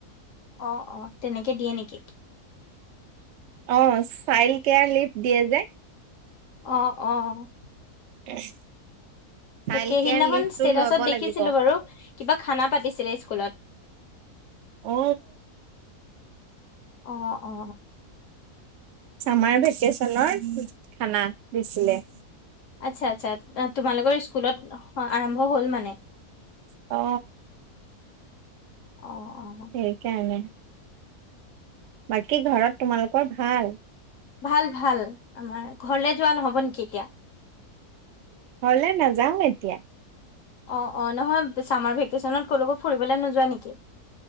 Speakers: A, on the left; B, on the right.
A: অ অ তেনেকে দিয়ে নেকি।
B: অ চাইল্ড কেয়াৰ লিভ দিয়ে যে,
A: অ অ,
B: <unintelligible>
A: তাকে
B: কেয়াৰ
A: সিদিনাখন
B: লিভটো
A: ষ্টেটাচত
B: ল'ব
A: দেখিছিলো
B: লাগিব।
A: বাৰু কিবা খানা এটা দিছিলে স্কুলত।
B: অ,
A: অ অ,
B: চামাৰ ভেকেশচনৰ খানা দিছিলে।
A: আচ্ছা আচ্ছা তোমালোকৰ স্কুলত আৰম্ভ হ'ল মানে।
B: অ
A: অ অ,
B: সেইকাৰনে। বাকী ঘৰত তোমালোকৰ ভাল।
A: ভাল ভাল আমাৰ ঘৰলে যোৱা নহ'ব নেকি এতিয়া।
B: ঘৰলে নাযাওঁ এতিয়া।
A: অ অ নহয় চামাৰ ভেকেশচনত কলকো ফুৰিবলৈ নোযোৱা নেকি।